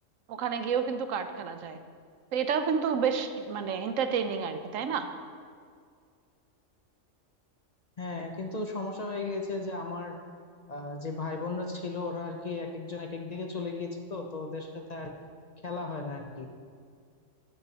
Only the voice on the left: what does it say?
হ্যাঁ কিন্তু সমস্যা হয়ে গিয়েছে যে আমার আহ, যে ভাই বোনরা ছিল ওরা আর কি এক একজন এক এক দিকে চলে গিয়েছে তো তো ওদের সাথে আর খেলা হয় না আর কি